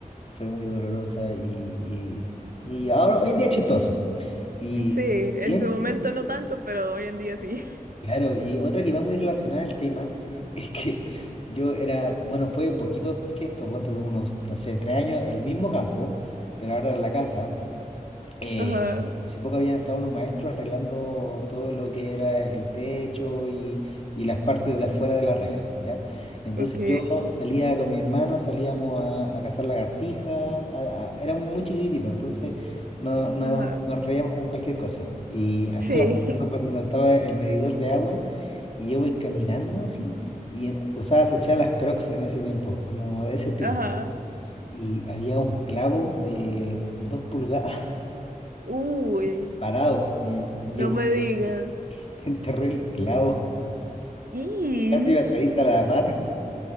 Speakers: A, on the left; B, on the right.
A: fue muy dolorosa y, y, y ahora hoy en día es chistoso. Y
B: sí, en
A: bien,
B: su momento no tanto, pero hoy en día sí.
A: Claro, y otra que va muy relacionada al tema es que <laughs> yo era, bueno, fue poquito después que esto, ponte tú unos, no sé, tres años, el mismo campo, pero ahora en la casa. eh,
B: Ajá,
A: hace poco habían estado unos maestros arreglando todo lo que era el techo y, y las partes de afuera de la reja, ¿ya? Entonces
B: ok,
A: yo salía con mi hermano, salíamos a, a cazar lagartijas, a- a- éramos muy chiquititos, entonces no, no,
B: ajá,
A: nos reíamos con cualquier cosa. Y andábamos
B: sí,
A: <laughs> cuando estaba el medidor de agua. Y yo voy caminando así. Y en- usaba echar las Crocs en ese tiempo, como de ese estilo.
B: ajá,
A: Y había un clavo de dos pulgadas
B: uy,
A: <laughs> parado. Y, y
B: no
A: yo
B: me
A: voy,
B: digas.
A: <laughs> me enterré el clavo.
B: Y
A: Casi me atraviesa la pata.